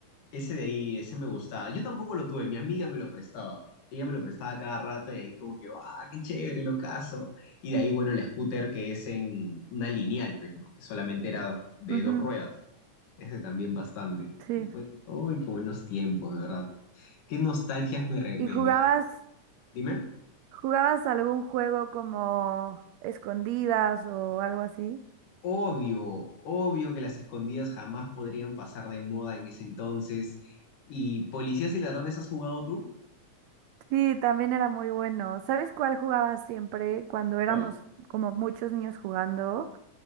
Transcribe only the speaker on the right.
Ujú,
sí.
¿Y
jugabas,
jugabas algún juego como escondidas o algo así?
Sí, también era muy bueno. ¿Sabes cuál jugaba siempre cuando éramos
como muchos niños jugando?